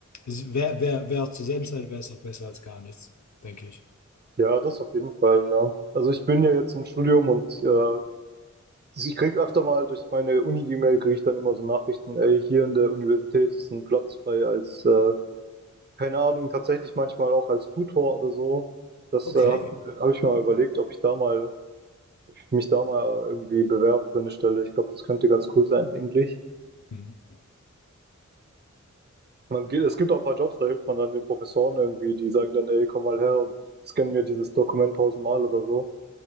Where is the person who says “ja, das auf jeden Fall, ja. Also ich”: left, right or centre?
Right